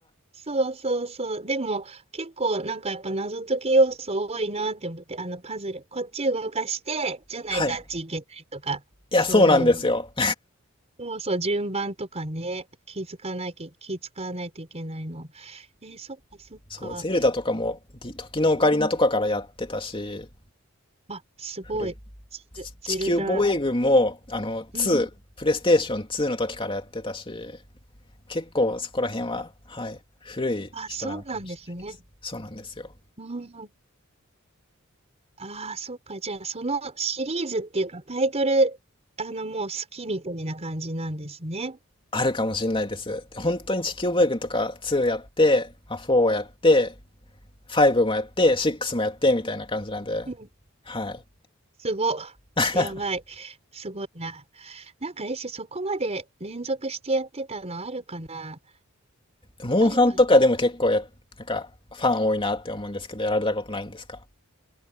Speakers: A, on the right (about 30°); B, on the left (about 25°).
A: そうそうそう。でも、結構なんかやっぱ謎解き要素多いなって思って、あのパズル、こっち動かして、じゃないとあっち行けないとか、
B: あー、はい。いや、
A: そういうの。
B: そうなんですよ。
A: そうそう、順番とかね、気づかなきゃ、気使わないといけないの。えーそっかそっか。
B: <laughs> そう、ゼルダとかも、ディ時のオカリナとかからやってたし、
A: うん。あ、すごい。
B: 古い。
A: ゼル、ゼルダ。
B: 地球防衛軍も、あの、
A: うん。
B: ープレイステーション2の時からやってたし、結構そこら辺は、はい、古い人なのかもしれないです。
A: あ、そうなんですね。
B: そうなんですよ。
A: うん。ああ、そっか。じゃあ、そのシリーズっていうか、タイトル、あの、もう好きみたいな感じなんですね。
B: あるかもしれないです。本当に地球防衛軍とか2やって、まあ、4をやって、5もやって、6もやって、みたいな感じなんで、
A: うん。
B: はい。
A: すご。
B: <laughs>
A: やばい。すごいな。なんか、えし、そこまで連続してやってたのあるかな
B: モンハンとかでも結構や、
A: あるかな
B: なんか、ファン多いなって思うんですけど、やられたことないんですか